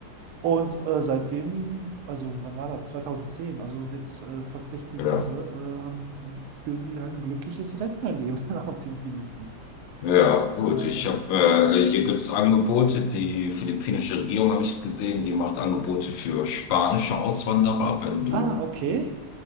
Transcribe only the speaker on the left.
Ja.
Ja, gut.
Ich habe, äh, hier gibt es Angebote. Die philippinische Regierung habe ich gesehen, die macht Angebote für spanische Auswanderer, wenn du,